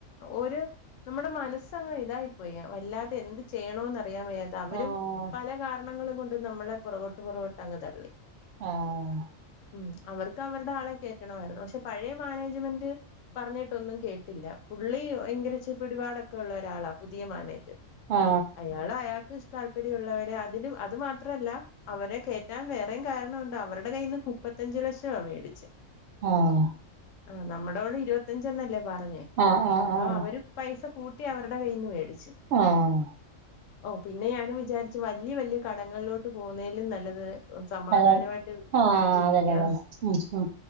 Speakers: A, on the left (about 70°); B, on the right (about 65°).
A: ഒരു നമ്മുടെ മനസ്സങ്ങ് ഇതായിപ്പോയി വല്ലാതെ എന്ത് ചെയ്യണോന്ന് അറിയാൻ വയ്യാത്തെ അവരും
B: ആഹ്
A: പല കാരണങ്ങളും കൊണ്ട് നമ്മളെ പുറകോട്ട് പുറകോട്ട് അങ്ങ് തള്ളി
B: ആഹ്
A: ഉം അവർ ക്ക് അവരുടെ ആളെ കേറ്റണമായിരുന്നു പക്ഷെ പഴയ മാനേജ്മെന്റ് പറഞ്ഞിട്ടൊന്നും കേട്ടില്ല പുള്ളി ഭയങ്കര ഇച്ചിരി പിടിപാടൊക്കെ ഉള്ള ഒരാളാ പുതിയ മാനേജർ
B: ആഹ്
A: അയാൾ അയാൾക്ക് താല്പര്യമുള്ളവരെ അതിനും അത് മാത്രല്ല അവരെ കയറ്റാൻ വേറെയും കാരണം ഉണ്ട് അവരുടെ കയ്യിൽ നിന്ന് മുപ്പ ത്തഞ്ച് ലക്ഷവാ മേടിച്ചേ
B: ആഹ്
A: ആ നമ്മളോട് ഇരുപത്തഞ്ചന്നല്ലേ പറഞ്ഞേ
B: ആഹ് ആഹ്
A: അപ്പൊ
B: ആഹ്
A: അവര് പൈസ കൂട്ടി അവരുടെ കയ്യീന്ന് മേടിച്ചു
B: ആഹ്
A: ഓഹ് പിന്നെ ഞാനും വിചാരിച്ചു വല്യ വല്യ കടങ്ങളിലോട്ട് പോന്നലും നല്ലത് സമാധാനയിട്ട്
B: ആഹ് അതെ ആഹ്
A: ജീവിക്കാം
B: അതന്നെ അതന്നെ ഉം ഉം